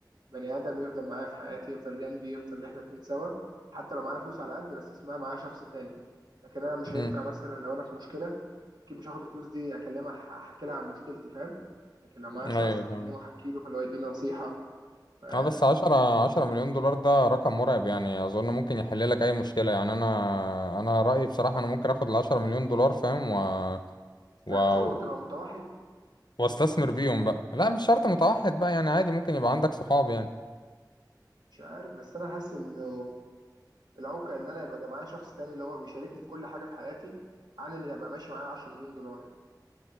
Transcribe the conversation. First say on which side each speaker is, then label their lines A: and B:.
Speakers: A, on the right; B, on the left.
A: بني ادم يفضل معايا في حياتي يفضل جنبي يفضل ان احنا اتنين سوا حتى لو معانا فلوس على قد بس اسمها معايا شخص تاني لكن انا مش هينفع
B: مم.
A: مثلا لو انا في مشكله اكيد مش هاخد الفلوس دي اكلمها ح- احكي لها عن مشكلتي فاهم لكن لو معايا
B: ايوه
A: شخص هكلمه
B: فاهم
A: احكي له فاللي هو يديني نصيحه ف
B: اه بس عشرة عشرة مليون دولار ده رقم مرعب يعني اظن ممكن يحل لك اي مشكله يعني انا انا رايي بصراحه انا ممكن اخد العشرة مليون دولار فاهم و... و...
A: هتاخدهم وتبقى متوحد
B: واستثمر بيهم بقى لا مش شرط متوحد بقى يعني عادي ممكن يبقى عندك صحاب يعني
A: مش عارف بس انا حاسس انه العوكة ان انا يبقى معايا شخص تاني اللي هو بيشاركني في كل حاجة في حياتي عن ان يبقى ماشي معايا 10 مليون دولار يعني